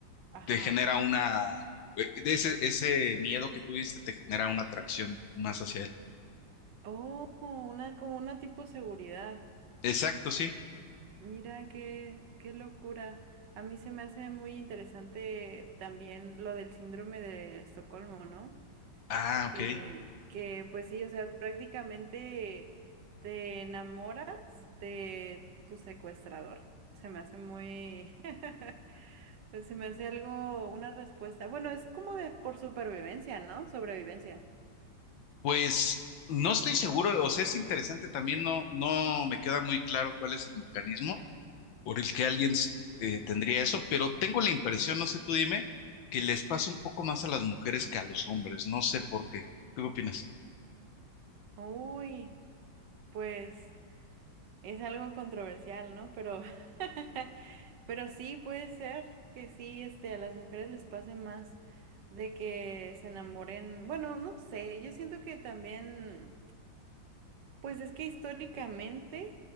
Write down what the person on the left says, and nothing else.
te genera una, eh, de ese, ese miedo que tuviste te genera una atracción más hacia él.
Exacto,
sí.
Ah,
ok.
Pues no estoy seguro, o sea, es interesante también, no, no me queda muy claro cuál es el mecanismo. por el que alguien eh, tendría eso, pero tengo la impresión, no sé, tú dime, que les pasa un poco más a las mujeres que a los hombres, no sé por qué. ¿Tú qué opinas?